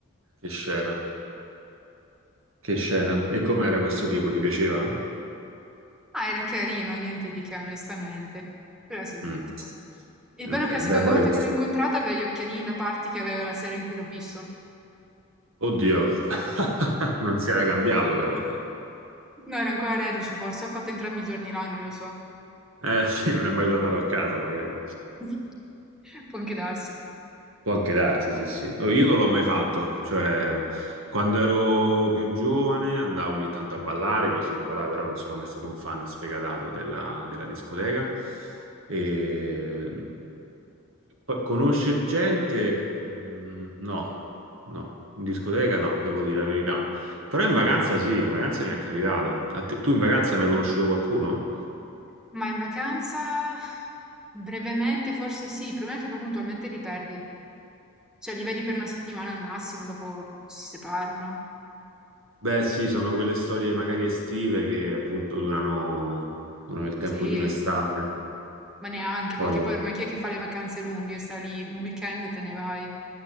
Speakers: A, on the right; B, in the centre.
A: che scena. Che scena. E com'era questo tipo? Ti piaceva?
B: Ah, era carino, niente di che, onestamente, però era simpatico.
A: Mm,
B: Il
A: Ok,
B: bello è che la seconda
A: beh, poi...
B: volta che l'ho incontrata aveva gli occhialini da parti che aveva la sera in cui l'ho visto.
A: Oddio, <laughs> non si era cambiato però.
B: No, era ancora reduce forse, ho fatto entrambi i giorni là, non lo so.
A: Eh sì, non è mai tornato a casa magari.
B: <laughs> Può anche darsi.
A: Può anche darsi, sì, sì. Oh, Io non l'ho mai fatto, cioè quando ero più giovane andavo ogni tanto a ballare così colà, però non sono mai stato un fan sfegatato della, della discoteca. E... poi Conoscere gente, mm, no, no, in discoteca no, devo dire la verità. Però in vacanza sì, in vacanza mi è capitato. A te- tu in vacanza hai mai conosciuto qualcuno?
B: Ma in vacanza brevemente forse sì, il problema è che poi puntualmente li perdi, cioè li vedi per una settimana al massimo, dopo si separano,
A: Beh, sì, sono quelle storie magari estive che appunto durano, durano il tempo
B: sì,
A: di un'estate.
B: ma neanche
A: Poi,
B: perché poi ormai chi è che fa le vacanze lunghe, sta lì un weekend e te ne vai,